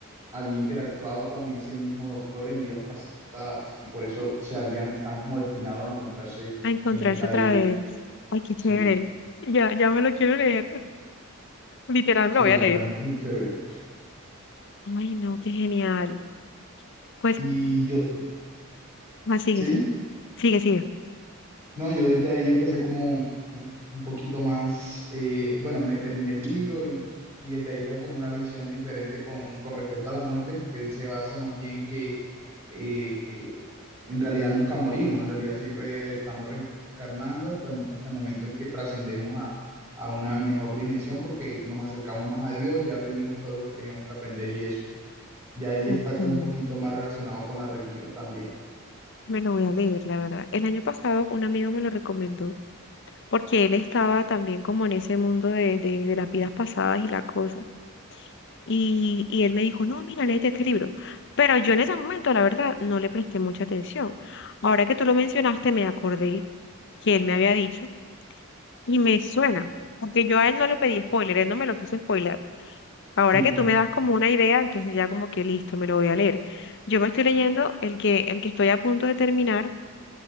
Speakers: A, on the right; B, on the left.
A: había interactuado con ese mismo doctor en vidas pasadas y por eso se habían, están como destinados a encontrarse
B: A encontrarse
A: en esta
B: otra
A: vida.
B: vez. Ay, qué
A: Sí,
B: chévere. Ya, ya me lo quiero leer. <laughs> Literal, me
A: sí,
B: lo voy
A: la
B: a leer.
A: verdad es muy chévere.
B: Ay, no, qué genial. pues
A: Y yo,
B: Ah, sigue,
A: ¿sí?
B: sigue. Sigue, sigue.
A: No, yo desde ahí empecé como un un poquito más, eh, bueno, me terminé el libro y, y desde ahí tengo como una visión diferente con, con respecto a la muerte, porque él se basa más bien en que eh, eh, en realidad nunca morimos, en realidad siempre estamos reencarnando hasta, hasta el momento en que trascendemos a, a una mejor dimensión, porque nos acercamos más a Dios, ya aprendimos todo lo que teníamos que aprender y eso. Ya ahí
B: Ok,
A: está como un poquito más relacionado con la religión también.
B: Me lo voy a leer, la verdad. El año pasado un amigo me lo recomendó porque él estaba también como en ese mundo de, de, de las vidas pasadas y la cosa. Y, y él me dijo, no, mira, léete este libro. Pero yo en ese momento, la verdad, no le presté mucha atención. Ahora que tú lo mencionaste, me acordé que él me había dicho y me suena, porque yo a él no le pedí spoiler, él no me lo quiso spoiler. Ahora
A: <laughs>
B: que tú me das como una idea, entonces ya como que listo, me lo voy a leer. Yo me estoy leyendo el que, el que estoy a punto de terminar